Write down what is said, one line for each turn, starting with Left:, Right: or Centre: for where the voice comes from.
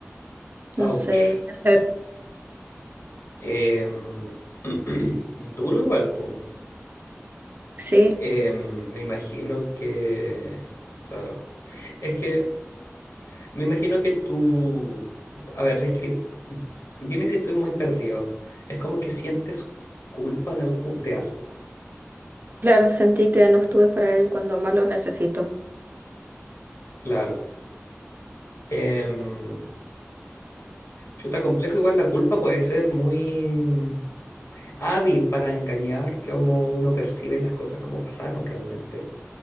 Left: Ouch.
Right: No sé qué hacer.
Left: Em, <clears throat> duro igual, po.
Right: Sí,
Left: Em, me imagino que... Claro. Es que me imagino que tú... A ver, describe... Dime si estoy muy perdido. Es como que sientes culpa de algo, de algo.
Right: claro, sentí que no estuve para él cuando más lo necesito.
Left: Claro. Em, chuta, complejo. Igual la culpa puede ser muy mm, hábil para engañar cómo uno percibe las cosas como pasaron realmente.